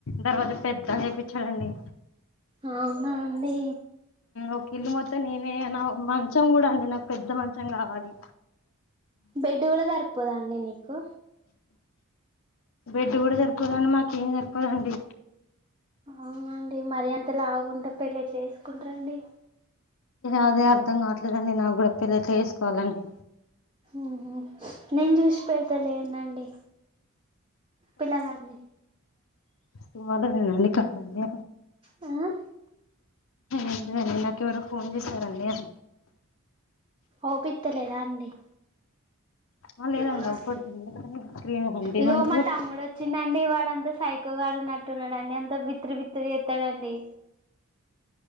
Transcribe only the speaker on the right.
అవునా అండి
బెడ్ కూడా సరిపోదా అండి నీకు
అవునండి మరి అంత లావుగుంటే పెళ్ళి ఎట్ట చేసుకుంటారండి.
ఉహు నేను జూస్ పెడతారు లేనండి పిల్ల గాని
హా
ఓపిత్తలేదా అండి
ఇవ్వలండి.
ఇగో మా తమ్ముడు వచ్చిండండి వాడు అంత సైకోగాడున్నట్టున్నాడండి. అంత బిత్తిరి బిత్తిరి చేత్తాడండి.